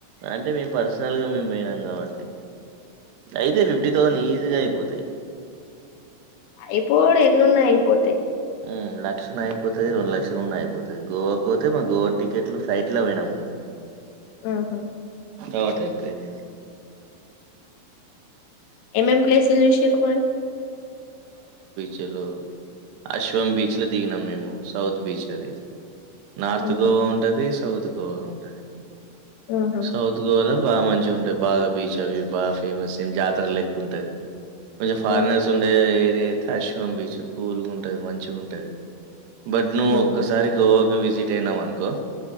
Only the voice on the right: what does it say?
అంటే మేము పర్సనల్ గా మేము బోయినాం కాబట్టి అయితే ఫిఫ్టీ
థౌసండ్ ఈజీగా అయిపోతాయి
ఉమ్ లక్ష ఉన్న అయిపోతది రెండు లక్షలున్నా అయిపోతది గోవాకు పోతే మా గోవా టికెట్లు ఫ్లైట్ల పోయినాం కదా
కావట్టే ఎక్కువైన్నాయి
చేలో అశ్వం బీచ్ ల దిగినం మేము సౌత్ బీచ్ అది నార్త్
గోవా ఉంటది సౌత్ గోవా ఉంటది
సౌత్ గోవాల బాగా మంచిగా ఉంటాయి బాగా బీచ్ అవి బాగా ఫేమస్ ఏం జాతర లెక్క ఉంటాది కొంచెం ఫారినర్స్
ఉండే ఏరియా అయితే అశ్వం బీచ్ కూల్గా ఉంటది మంచిగా ఉంటది బట్ నువ్వు
ఒక్కసారి గోవాకి విజిట్ అయినావనుకో